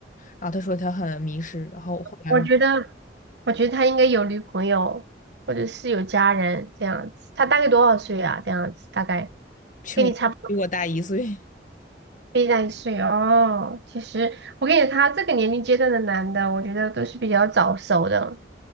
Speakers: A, on the left; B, on the right.
A: 然后他说他很迷失，然后后来我
B: 我觉得，我觉得他应该有女朋友或者是有家人这样子。他大概多少岁啊？这样子大概
A: 就
B: 跟你差不多，
A: <laughs> 比我大一岁。
B: 比你大一岁哦。其实我跟你讲，他这个年龄阶段的男的，我觉得都是比较早熟的。